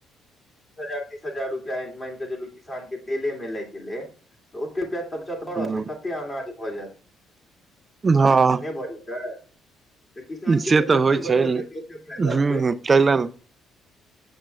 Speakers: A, on the left; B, on the right.
A: बीस हजार तीस हजार रुपआ मैन कऽ चलू किसान के तेले मे लाइग गेलै। तऽ ओते रूपया तऽ बचत भऽ
B: हूं
A: रहल छै कते अनाज भऽ जेएत।
B: हँ।
A: भऽ जेतै। तऽ किसान के
B: से
A: तऽ जते
B: होइ
A: बचत
B: छै
A: हेतै ओते फैदा
B: हूं
A: छै।
B: हूं कैले